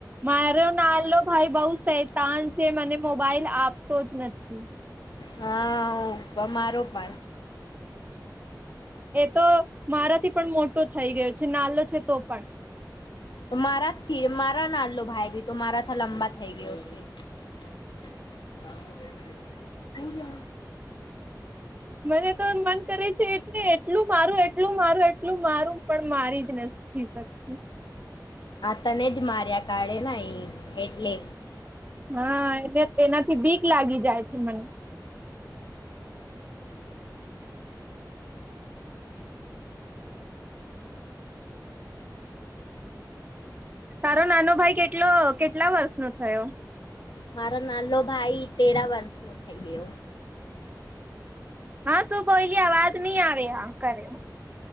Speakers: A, on the right; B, on the left.
A: મારો નાલો ભાઈ બઉ સે તાન છે મને મોબાઈલ આપતો જ નથી.
B: હા અમારો પણ
A: એ તો મારાથી પણ મોટો થઈ ગયો છે નાલો છે તો પણ
B: તો મારાથી મારા નાડલો ભાઈ ભી તો મારા ત લંબા થઈ ગયો છે ના <unintelligible>
A: મને તો મન કરે છે એટ એટલું મારું એટલું મારું એટલું મારું પણ મારી જ નથી શકતું
B: આ તને જ માર્યા કાઢે ન એટલે
A: હા એને એનાથી બીક લાગી જાય છે મને તારો નાનો ભાઈ કેટલો કેટલા વર્ષ નો થયો
B: મારો નાલો ભાઈ તેરા વર્ષ ન થઈ ગયો
A: હા શુંભોલી આવાજ નહી આવે આ કરે